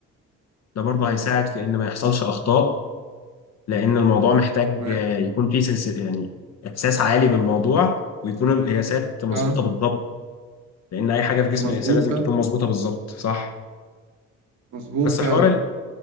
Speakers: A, on the left (about 60°); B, on the right (about 70°).
A: ده برضه هيساعد في إن ما يحصلش أخطاء لأن الموضوع محتاج
B: ما-
A: آه، يكون فيه سنس يعني إحساس عالي بالموضوع ويكون القياسات مظبوطة
B: اه
A: بالضبط لان اي حاجه في جسم
B: مظبوط
A: الانسان لازم
B: فعلا
A: تكون مظبوطه بالظبط صح
B: مظبوط
A: بس
B: فعلا
A: حوار ال-